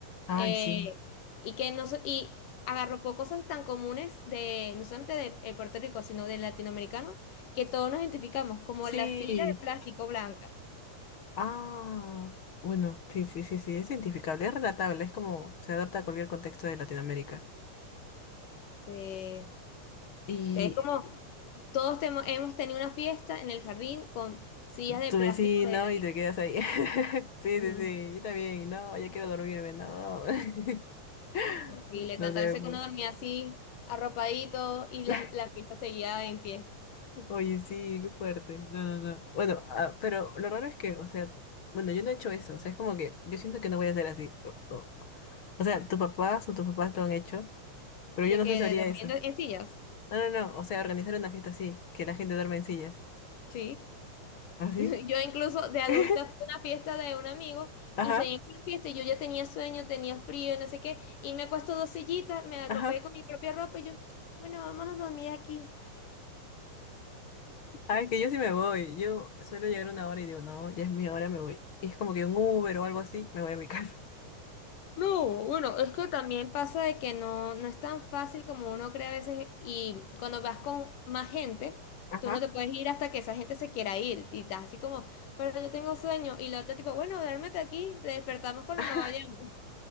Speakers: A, on the left (about 50°); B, on the left (about 75°).
A: Ay,
B: Eh,
A: sí.
B: y que no so- y agarró po- cosas tan comunes de, no solamente de, de Puerto Rico, sino del latinoamericano, que todos nos identificamos, como
A: Sí.
B: la silla de plástico blanca.
A: Ah, bueno, sí, sí, sí, sí, es identificable, es relatable, es como se adapta a cualquier contexto de Latinoamérica.
B: Eh,
A: Y
B: es como todos temo- hemos tenido una fiesta en el jardín con sillas de
A: tu
B: plástico
A: vecino
B: de ese
A: y
B: tipo.
A: te quedas ahí. <laughs> Sí,
B: Ujú.
A: sí, sí, yo también, no, ya quiero dormirme, no. <laughs>
B: Horrible,
A: No
B: tantas
A: sé,
B: veces
A: pues.
B: que uno dormía así, arropadito, y la,
A: <laughs>
B: la fiesta seguía en pie,
A: Oye, sí, qué fuerte. No, no, no. Bueno, ah, pero lo raro es que, o sea, bueno, yo no he hecho eso, o sea, es como que yo siento que no voy a hacer así. O, o- o sea, tus papás o tus papás lo han hecho, pero
B: de
A: yo no
B: que
A: sé si
B: de,
A: haría
B: durmiendo
A: eso.
B: en sillas.
A: No, no, no, o sea, organizar una fiesta así, que la gente duerma en sillas.
B: Sí.
A: ¿Así?
B: <laughs> Yo incluso de adulta
A: <laughs>
B: fui a una fiesta de un amigo
A: Ajá,
B: y se en la fiesta y yo ya tenía sueño, tenía frío, no sé qué, y me he puesto dos sillitas, me arropé
A: ajá.
B: con mi propia ropa y yo, bueno, vamos a dormir aquí.
A: Ay,
B: Mm.
A: que yo sí me voy. Yo suelo llegar una hora y digo, no, ya es mi hora, me voy. Y es como que un Uber o algo así, me voy a mi casa.
B: No, bueno, es que también pasa de que no, no es tan fácil como uno cree a veces y cuando vas con más gente,
A: Ajá.
B: tú no te puedes ir hasta que esa gente se quiera ir y estás así como, pero yo tengo sueño y la otra tipo, bueno, duérmete aquí, te despertamos cuando
A: <laughs>
B: nos vayamos.